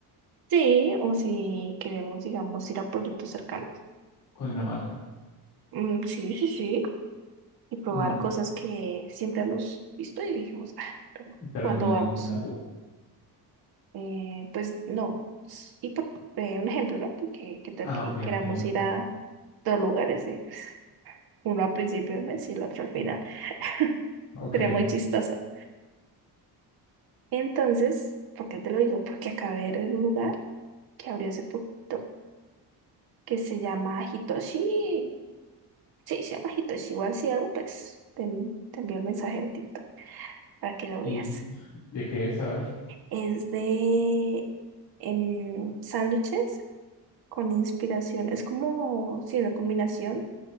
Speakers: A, on the right; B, on the left.
A: Sí, o si queremos, digamos, ir a pueblitos cercanos.
B: con Dinamarca.
A: Mm, sí, sí, sí. Y probar
B: Mm,
A: cosas que siempre hemos visto y dijimos, ah, pero
B: pero
A: ¿cuándo
B: un mes
A: vamos?
B: no es muy largo.
A: Eh, pues no. Y por eh, un ejemplo, ¿no? Porque qué tal
B: Ah,
A: que
B: ok,
A: queramos
B: ok, en
A: ir a dos lugares, y, pues, uno al principio del mes y el otro al final. <laughs>
B: Ok.
A: Sería muy chistoso. Entonces, ¿por qué te lo digo? Porque acabé de ver un lugar que abrió hace poquito que se llama Hitoshi. Sí, se llama Hitoshi. Igual si algo, pues te, te envío el mensaje en TikTok para que lo
B: ¿Y
A: veas.
B: de qué es? A ver.
A: Es de em, sándwiches con inspiración. Es como, sí, una combinación